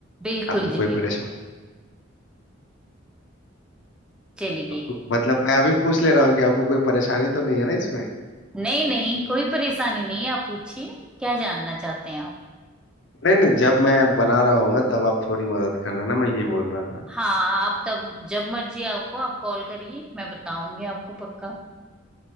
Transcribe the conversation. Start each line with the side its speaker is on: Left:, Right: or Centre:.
Centre: बिल्कुल
Left: आपको कोई
Centre: जी
Left: परेशानी
Centre: बिल्कुल चलिए
Left: आपको मतलब मैं अभी पूछ ले रहा हूँ कि आपको कोई परेशानी तो नहीं है ना इसमें
Centre: नहीं नहीं कोई परेशानी नहीं है आप पूछिए क्या जानना चाहते हैं आप
Left: नहीं नहीं जब मैं बना रहा हूँगा तब आप थोड़ी मदद कर देना मैं ये बोल रहा था
Centre: हाँ आप तब जब मर्जी आपको आप कॉल करिए मैं बताऊंगी आपको पक्का